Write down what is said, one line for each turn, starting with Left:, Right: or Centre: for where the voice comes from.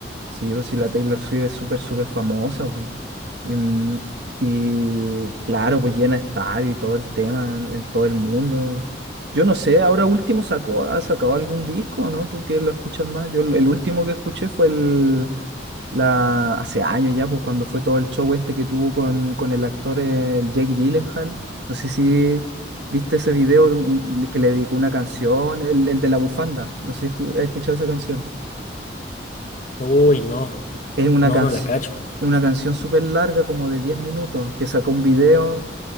Right: sí, pues sí, la Taylor Swift es súper, súper famosa. pues. Mm, Y claro, pues llena estadio y todo el tema en, en todo el mundo. Yo no sé, ahora último sacó, ha sacado algún disco, ¿no? ¿Tú que lo escuchas más? Yo el último que escuché fue el, la, hace años ya, pues cuando fue todo el show este que tuvo con, con el actor eh, el Jake Gyllenhaal. No sé si viste ese video de un- de que le dedicó una canción, el, el de la bufanda. No sé si escu- has escuchado esa canción.
Left: Uy, no.
Right: Es una
Left: No,
Right: canción.
Left: no la cacho.
Right: Es una canción súper larga, como de 10 minutos, que sacó un video